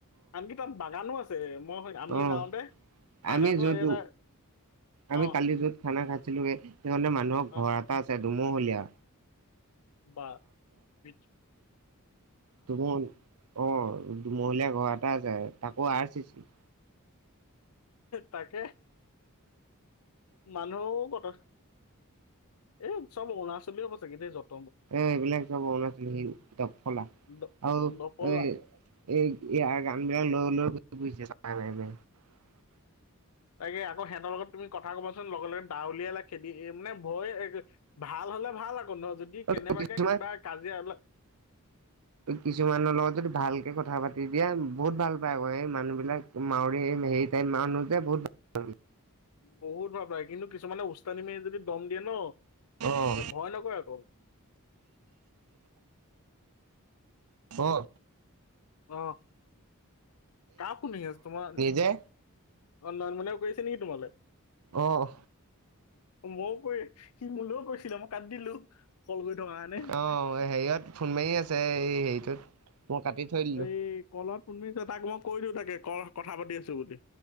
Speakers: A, on the left; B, on the right.
A: আনকি তাত বাগানো আছে মই সেই- আমি
B: অহ,
A: যাওঁতে বাগানো
B: আমি যতো
A: এটা
B: আমি
A: অ
B: কালি য'ত খানা খাইছো ছিলোঁ গে হিহঁতে মানুহৰ
A: অ
B: ঘৰ এটা আছে দুুমহলীয়া।
A: বা বিচ
B: তুম অহ দুমহলীয়া ঘৰ এটা আছে তাকো আৰ চিছি ।
A: তাকে। মানুহ বতাহ এই উৎসৱ অৰুণৰাচলী হব চাগে দে জত
B: এ এইবিলাক চব অৰুণাচলী সেই দ ফলা
A: দ-
B: আৰু
A: দকলা
B: এ এই ইয়াৰ গান বিলাক লৈ- লৈ <unintelligible>
A: তাকে আকৌ সিহঁতৰ লগত তুমি কথা কবাচোন লগে- লগে দাউলিয়াই লৈ খেদি মানে ভয় ভাল নহ'লে ভাল আকৌ ন' যদি
B: মাৰি
A: কেনেবাকে
B: কিছুমান
A: কিবা কাজিয়া
B: কিছুমানৰ লগত যদি ভালকে কথা পাতি দিয়া বহুত ভাল পায় আকৌ এই মানুহ বিলাক মাউৰি এই হেৰি টাইপ মানুহ যে বহুত
A: বহুত ভাল পায় কিন্তু কিছুমানে ওস্তাদি মাৰি কেনে যদি দম দিয়ে ন',
B: অ',
A: ভয় নকৰে আকৌ
B: অহ
A: অ কাৰ ফোন আহি আছ তোমাৰ নয়নমণি
B: যে
A: কৰি আছে নেকি তোমালে?
B: অহ
A: মইও পৰি সি মোলৈও কৈছিলে মই কাটি দিলো কল কৰি থকা কাৰণে
B: অহ, হেৰিয়ত ফোন মাৰি আছে এই হেৰিটোত মই কাটি থৈ দিলোঁ,
A: এই কলত ফোন মাৰি আছে তাকে মই কৈ দিওঁ তাকে কলত কথা পাতি আছো বুলি।